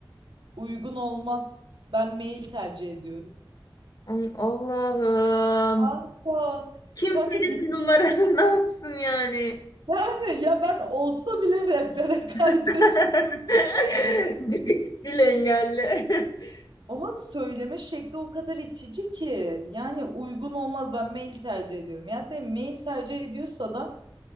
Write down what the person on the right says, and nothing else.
Uygun olmaz. Ben mail tercih ediyorum.
Kanka,
kanka
yani ya ben olsa bile rehbere <laughs> kaydetmem.
Ama söyleme şekli o kadar itici ki. Yani uygun olmaz ben mail tercih ediyorum. Yani de mail tercih ediyorsa da